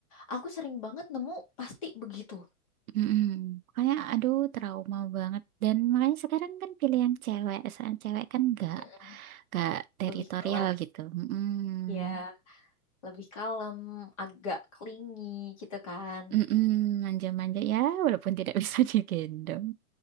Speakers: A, on the left; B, on the right.
A: Aku sering banget nemu pasti begitu.
B: Mm-mm. Makanya aduh trauma banget dan makanya sekarang kan pilihan cewek soal cewek kan nggak
A: Mm-mm.
B: nggak teritorial
A: Lebih kalau
B: gitu Mm-mm.
A: ya. lebih kalem, agak clingy gitu kan.
B: Mm-mm. manja-manja ya walaupun tidak <laughs> bisa digendong